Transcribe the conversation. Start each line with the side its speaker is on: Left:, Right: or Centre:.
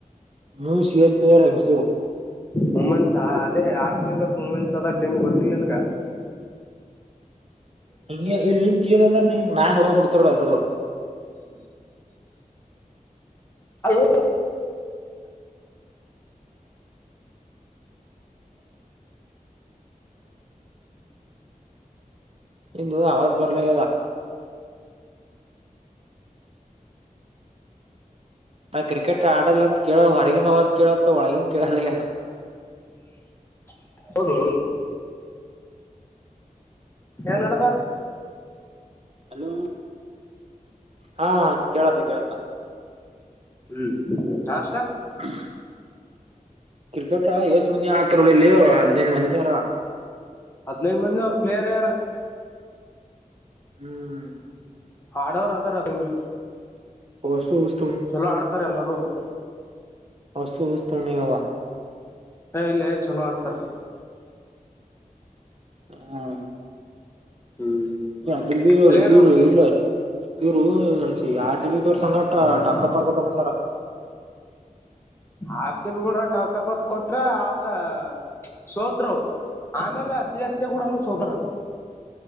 Right: ನೀವು ಸಿ ಎಸ್ಕವರ್ ಹೆಂಗ್ಸರು
Left: ವುಮೆನ್ಸ್ ಅದೇ ಆರ್ಸ್ರರೇದವರ್ ವುಮೆನ್ಸ್ ಅದ ಟೀಮ್ ಗೊತ್ತಿಲ್ಲ ನಿನ್ಗ
Right: ಹಂಗೆ ಇಲ್ಲಿ ನಿನ್ ತಿಗದ ಅಂದನ್ ನಾ ಹೊಡಗಂಗ ಹೊಡತಾರಡ ಎಲ್ಲರೂ
Left: ಅಲೋ
Right: ಇಂದು ಅವಾಜ್ ಬರ್ಲದ ನಾ ಕ್ರಿಕೆಟ್ ಆಡಲ್ಲ ಅಂತ ಕೇಳ ಹೊರಗಿನ ಅವವಾಜ್ ಕೇಳತ್ತ ಒಳಗನ್ ಕೇಳಲ್ಲ
Left: <inaudible> ಹೌದು ಏನ್ದ
Right: ಅಲೋ ಹಾ ಕೇಳತ್ತ ಕೇಳತ
Left: ಹ್ಮ್ ಅಷ್ಟ
Right: <inaudible> ಕ್ರಿಕೆಟಾ ಎಷ್ಟ ಮಂದಿ ಆತ್ರ ನೋಡಿಲ್ಲಿ ಹದ್ಿನೈದು ಮಂದಿಾರ
Left: ಹದ್ನೈದು ಮಂದಿ ಅವ್ರ ಪ್ಲೇಯರ್ ಯಾರ
Right: ಹ್ಮ್
Left: ಹಾಡವರು ಅದಾರ ಅದ ಮೇಲೆ.
Right: ಹೊಸುಹುಸ್.
Left: ಚಲೋ ಆಡ್ತಾರೆ ಎಲ್ಲರೂ ಅವ್ರು.
Right: ಅಸುಸ್ತುನೆಯವಾ.
Left: ಹ ಇಲ್ಲೆ ಚಲೋ ಆಡ್ತಾರ.
Right: ಹಾ
Left: ಹ್ಮ್
Right: ಅಜಲ್ವರು
Left: ಪ್ಲೇಯರ್
Right: ಇವರು
Left: ಅವ್ರು
Right: ಇಲ್ಲ. ಇವರು ಯ ಜಿ ಬಿ ದೊರ್ ಸಂಗ ಟಕ್ಕ ಪರ್ ಕೊಟ್ಟು ಬಂದಾರ.
Left: ಆರ್ ಸಿ ಬಿ ಕೂಡ ಟಾಕಪರ್ ಕೊಟ್ರ ಆದ್ರೆ ಸೋತ್ರು. ಆಮೇಲೆ ಸಿ ಎಸ್ ಕೆ ಕೂಡನುೂ ಸೋತ್ರು.